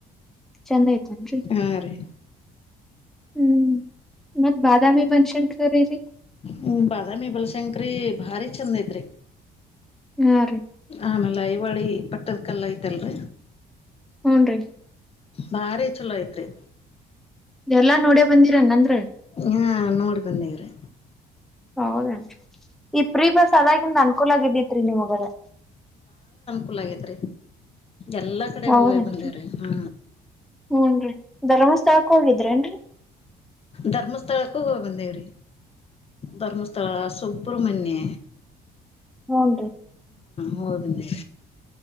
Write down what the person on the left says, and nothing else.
ಹಾ ರೀ
ಹ ಬಾದಾಮಿ ಬಲಶಂಕರಿ ಭಾರಿ ಚಂದ ಐತ್
ಆ ಲ್ಲ ಇವಾಳಿ ಪಟ್ಟದಕಲ್ಲ ಐತಲ್ರ
ಭಾರಿ ಚಲೋ ಐತ್ರಿ
ಹಾ ನೋಡಿ ಬಂದೇವ್ರಿ
ಕಲಾಗದ್ರ ಎಲ್ಲಾ ಕಡೆ
ಹೋಗಿ ಬಂದೇವ್ರ ಹಾ
ಧರ್ಮಸ್ಥಳಕ್ಕೂ ಹೋಗ ಬಂದೇವ್ರಿ ಧರ್ಮಸ್ಥಳ ಸುಬ್ರ್ಮಣ್ಯ
ಹೋಗನ್ನ